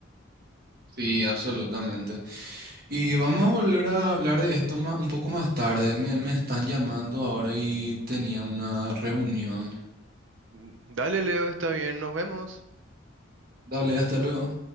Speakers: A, on the right; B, on the right.
A: Sí, absolutamente. Y vamos a volver a hablar de esto más, un poco más tarde. Me, me están llamando ahora y tenía una reunión.
B: Mm, Dale, Leo, está bien, nos vemos.
A: Dale, hasta luego.